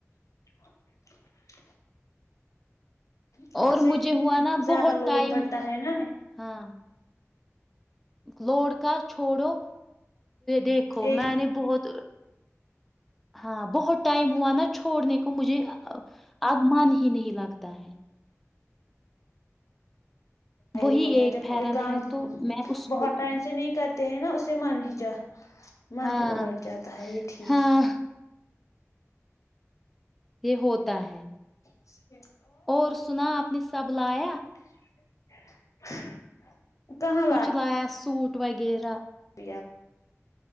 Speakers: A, on the left (about 85°); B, in the centre.
A: <unintelligible> پر
B: اور
A: اسے
B: مجھے ہوا نا
A: زیادہ
B: بہت
A: لوڈ
B: ٹائم
A: پڑتا ہے نا
B: ہاں لوڈ کا چھوڑو دیکھو
A: ایک
B: میں نے بہت ہاں بہت ٹائم ہوا نا چھوڑنے کو مجھے اب من ہی نہیں لگتا ہے
A: یہ
B: وہی
A: ہوتا
B: ایک
A: ہے جب
B: پھیرن
A: کوئی کام
B: ہے تو میں اس کو
A: بہت
B: بھی
A: ٹائم سے نہیں کر ہیں نا اسے من ہی ج من
B: ہاں
A: ہی الٹ جاتا ہے یہ ٹھیک
B: ہاں
A: ہے
B: یہ ہوتا ہے
A: اٹھ
B: اور سنا اپنی سب لایا
A: <unintelligible> کہاں
B: کچ لایا سوٹ وغیرہ
A: ب